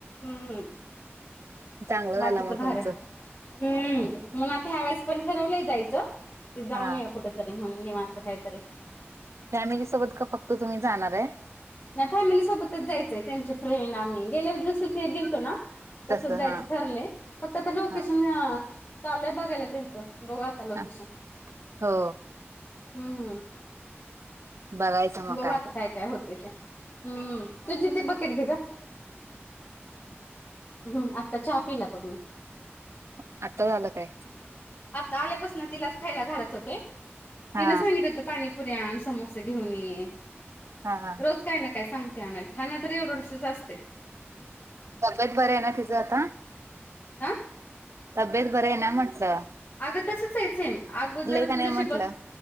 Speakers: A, on the left; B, on the right.
A: हम
B: चांगलं
A: बाकीच
B: झालं मग
A: भाडं
B: तुमचं
A: हम म्हणून आता ह्यावेळेस पण ठरवलंय जायचं की जाऊन
B: हा
A: येवू कुठ तरी म्हणून निवांत कायतरी
B: फॅमिली सोबत का फक्त तुम्ही जाणार आहे.
A: नाही फॅमिली सोबतच जायचंय त्यांचे फ्रेंड आम्ही गेल्यावेळी जसं ग गेलतो ना. तसंच
B: तस
A: जायचं
B: हा
A: ठरलंय फक्त आता लोकेशन
B: हा
A: चाललंय बघायला त्यांचं बघु आता लोकेशन
B: हा हो
A: हम्म
B: बघायचं मग
A: बघू
B: काय
A: आता काय काय होते ते हम्म तुझी ती बकेट घे जा हम् आत्ता चहा पीला बघ मी
B: मग आत्ताच आला काय
A: आता आल्यापासनं तिलाच खायला घालत होते
B: हा
A: तिनं सांगित होत पाणी, पुऱ्या आण समोसे घेऊन ये
B: हा हा
A: रोज काय ना काय सांगते आणायला खाना तर एवढं एवढंंसच असतय
B: तब्येत बरं आहे ना तिचं आता.
A: आ
B: तब्येत बरी आहे ना म्हंटलं
A: अगं तसच आहे सेम अगोदर
B: का
A: तुझ्याशी
B: नाही म्हटलं
A: ब-